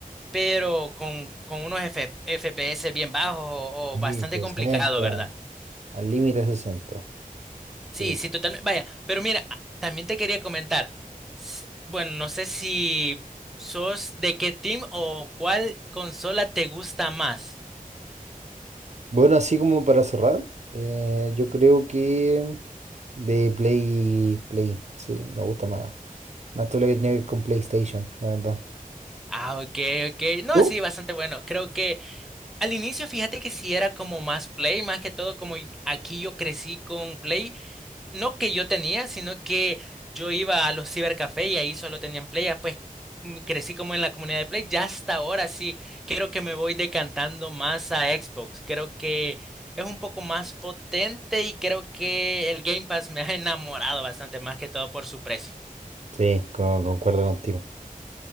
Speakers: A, in the centre; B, on the right.
A: pero con, con unos F- FPS bien bajos o
B: Sí,
A: o bastante
B: 60,
A: complicado, ¿verdad?
B: al límite 60.
A: Sí,
B: yo creo.
A: sí, totalmente. Vaya, pero mira, a- también te quería comentar. s- Bueno, no sé si sos de qué team o cuál consola te gusta más.
B: Bueno, así como para cerrar, eh, yo creo que de Play, Play, sí, me gusta más, más todo lo que tiene que ver con PlayStation, la verdad.
A: Ah, ok, ok. No,
B: ¿Tú?
A: sí, bastante bueno. Creo que al inicio, fíjate que sí era como más Play, más que todo, como y- aquí yo crecí con Play. no que yo tenía, sino que yo iba a los cibercafés y ahí solo tenían Play, ya pues mm, crecí como en la comunidad de Play, ya hasta ahora sí, creo que me voy decantando más a Xbox, creo que es un poco más potente y creo que el Game Pass me ha enamorado bastante más que todo por su precio.
B: Sí, con- concuerdo contigo.